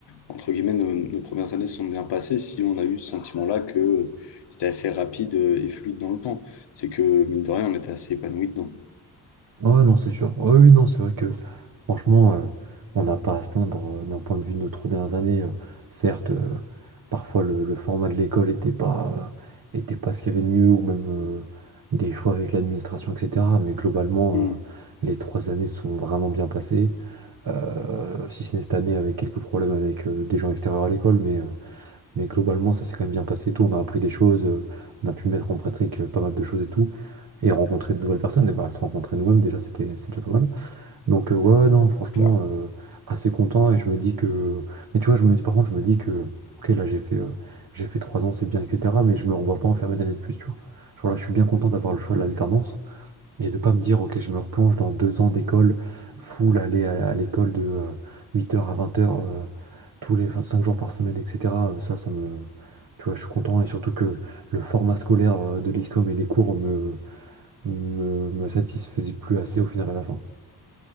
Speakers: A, on the left; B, on the right.
A: entre guillemets, nos, nos premières années se sont bien passées si on a eu ce sentiment-là que euh, c'était assez rapide euh, et fluide dans le temps. C'est que, mine de rien, on était assez épanoui dedans.
B: Ah Ouais, non, c'est sûr. Ouais, oui, non, c'est vrai que franchement, euh, on n'a pas à se plaindre euh, d'un point de vue de nos trois dernières années. euh, certes, euh, parfois le, le format de l'école n'était pas, euh, était pas ce qu'il y avait de mieux, ou même euh, des choix avec l'administration, etc. Mais globalement,
A: Hmm,
B: euh, les trois années se sont vraiment bien passées. Euh, si ce n'est cette année avec quelques problèmes avec euh, des gens extérieurs à l'école, mais. euh, mais globalement, ça s'est quand même bien passé et tout. On a appris des choses, euh, on a pu mettre en pratique euh, pas mal de choses et tout. Et rencontrer de nouvelles personnes, et bah, se rencontrer nous-mêmes, déjà, c'était c'est déjà pas mal. Donc, euh, ouais, ouais, non, franchement,
A: c'est clair.
B: euh, assez content. Et je me dis que. Mais tu vois, je me dis, par contre, je me dis que, ok, là, j'ai fait, euh, j'ai fait trois ans, c'est bien, etc. Mais je me revois pas en faire une année de plus, tu vois. Genre là, je suis bien content d'avoir le choix de l'alternance. Et de pas me dire, ok, je me replonge dans deux ans d'école, full, aller à, à l'école de euh, huit heures à vingt heures euh, tous les 5 jours par semaine, etc. Euh, Ça, ça me. Tu vois, je suis content. Et surtout que le format scolaire euh, de l'ISCOM et les cours me, me, me satisfaisaient plus assez au final à la fin.